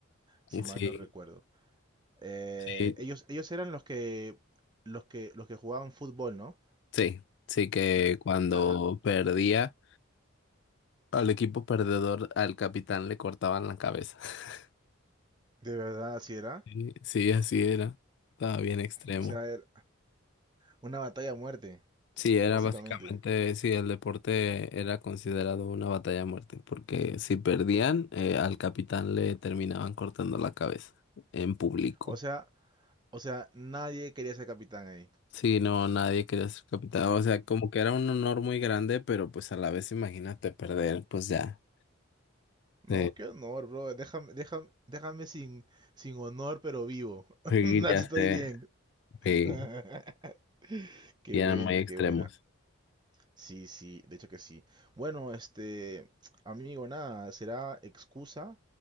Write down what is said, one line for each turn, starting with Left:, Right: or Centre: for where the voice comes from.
Right: si mal
Left: Sí,
Right: no recuerdo. Eh,
Left: sí.
Right: ellos, ellos eran los que, los que, los que jugaban fútbol, ¿no?
Left: Sí, sí que
Right: Eh,
Left: cuando
Right: Ajá,
Left: perdía al equipo perdedor, al capitán le cortaban la cabeza. <laughs>
Right: de verdad, así era.
Left: Sí, sí, así era. Estaba bien extremo.
Right: O sea, era una batalla a muerte,
Left: Sí, era
Right: básicamente.
Left: básicamente, sí, el deporte era considerado una batalla a muerte, porque si perdían, eh, al capitán le terminaban cortando la cabeza en público.
Right: O sea, o sea, nadie quería ser capitán ahí.
Left: Sí, no, nadie quería ser capitán. O sea, como que era un honor muy grande, pero pues a la vez imagínate perder, pues ya.
Right: No,
Left: Sí,
Right: qué honor, bro. Déjame, déjame, déjame sin, sin honor, pero vivo. <laughs>
Left: sí, ya
Right: Así estoy
Left: sé.
Right: bien.
Left: sí.
Right: <laughs> Qué
Left: Y
Right: buena,
Left: eran muy extremos.
Right: qué buena. Sí, sí, de hecho que sí. Bueno, este, amigo, nada, será excusa